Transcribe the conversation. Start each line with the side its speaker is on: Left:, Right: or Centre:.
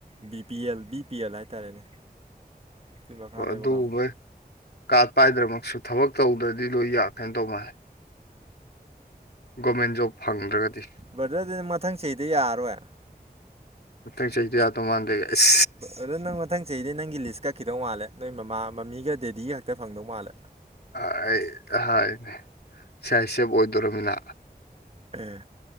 Right: B P L B P L ꯍꯥꯏꯇꯥꯔꯦꯅꯦ ꯑꯗꯨꯏ ꯃꯈꯥ
Left: ꯍꯣꯏ
Right: ꯂꯩꯕ
Left: ꯑꯗꯨꯒꯨꯝꯕꯩ
Right: ꯀꯥꯡꯕꯨ
Left: ꯀꯥꯔꯠ ꯄꯥꯏꯗ꯭ꯔꯃꯛꯁꯨ ꯊꯕꯛ ꯇꯧꯗ꯭ꯔꯗꯤ ꯂꯣꯏ ꯌꯥꯀꯩꯅ ꯇꯧ ꯃꯥꯜꯂꯦ ꯒꯣꯃꯦꯟ ꯖꯣꯕ ꯐꯪꯗ꯭ꯔꯒꯗꯤ
Right: ꯕ꯭ꯔꯗꯔ ꯑꯗꯨꯗꯤ ꯃꯊꯪ ꯆꯍꯤꯗ ꯌꯥꯔꯔꯣꯏ
Left: ꯍꯟꯗꯛ ꯆꯍꯤ ꯌꯥꯗꯣ ꯃꯥꯟꯗꯦꯁ
Right: ꯑꯗꯣ ꯅꯪ ꯃꯊꯪ ꯆꯍꯤꯗꯤ ꯅꯪꯒꯤ ꯂꯤꯁ ꯀꯛꯈꯤꯗꯧ ꯃꯥꯜꯂꯦ ꯅꯣꯏ ꯃꯃꯥ ꯃꯃꯤꯒ ꯗꯦꯗꯤꯒ ꯈꯛꯇ ꯐꯪꯗꯧ ꯃꯥꯜꯂꯦ
Left: ꯑꯩ <unintelligible> ꯑꯍꯅꯦ ꯁꯥꯏ ꯁꯦꯞ ꯑꯣꯏꯗꯣꯔꯃꯤꯅ
Right: ꯑꯦ